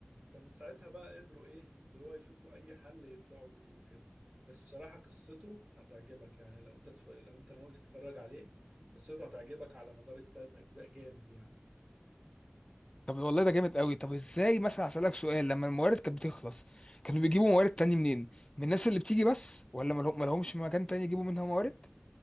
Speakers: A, on the right (about 25°); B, on the left (about 20°).
A: فمن ساعتها بقى قدروا ايه اللي هو يشوفوا اي حل يطلعوا بيه وكده بس بصراحة قصته هتعجبك يعني لو انت تف... لو انت ناوي تتفرج عليه قصته هتعجبك على مدار التلات اجزاء جامد يعني
B: طب والله ده جامد قوي طب ازاي مثلا هسألك سؤال لما الموارد كانت بتخلص كانوا بيجيبوا موارد تاني منين من الناس اللي بتيجي بس ولا ملهم- ملهمش مكان تاني يجيبوا منها موارد